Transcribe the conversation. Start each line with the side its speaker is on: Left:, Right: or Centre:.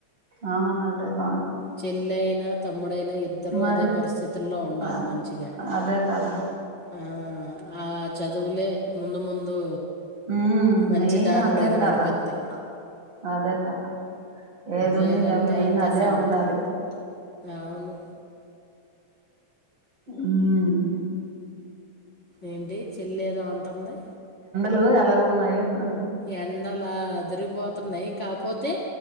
Right: అవును అదే బాధ
Left: చెల్లయిన తమ్ముడైనా ఇద్దరూ
Right: మరి
Left: అదే పరిస్థితుల్లో ఉండాలి,
Right: అ
Left: మంచిగా
Right: అదే కదా
Left: ఆ ఆ చదువులే ముందు ముందు
Right: ఉమ్
Left: మంచి
Right: మెయిన్
Left: దారిలోకి
Right: అదే కాదా
Left: నడిపిస్తాయి
Right: అదే కదా. ఏ దున్నీలెమ్మా
Left: లేదంటే
Right: మెయిన్
Left: అంతే
Right: అదే
Left: సంగతులు
Right: ఉండాలి ఇప్పుడు.
Left: అవును
Right: ఉమ్
Left: ఏంటి చెల్లి ఏదో అంటుంది.
Right: లో ఎలాగున్నాయి అని అడ్
Left: ఎండలా అదిరిపోతున్నాయి కాపోతే